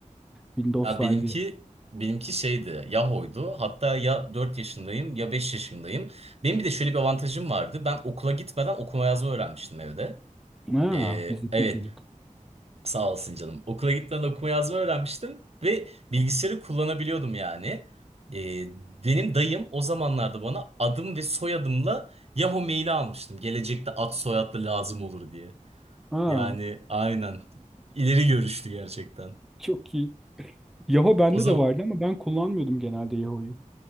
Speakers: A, in the centre; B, on the right.
A: Windows
B: Ya
A: Live
B: benimki
A: diye.
B: benimki şeydi Yahoo'ydu. Hatta ya 4 yaşındayım ya 5 yaşındayım. Benim bir de şöyle bir avantajım vardı. Ben okula gitmeden okuma yazma öğrenmiştim evde.
A: Ha,
B: Ee,
A: bizdeki
B: evet
A: çocuk.
B: Sağ olasın canım. Okula gitmeden okuma yazma öğrenmiştim ve bilgisayarı kullanabiliyordum yani. Ee, benim dayım o zamanlarda bana adım ve soyadımla Yahoo maili almıştım. Gelecekte ad soyadlı lazım olur diye.
A: Ha,
B: Yani aynen. İleri görüşlü gerçekten.
A: çok iyi. Yahoo bende
B: O zaman
A: de vardı ama ben kullanmıyordum genelde Yahoo'yu.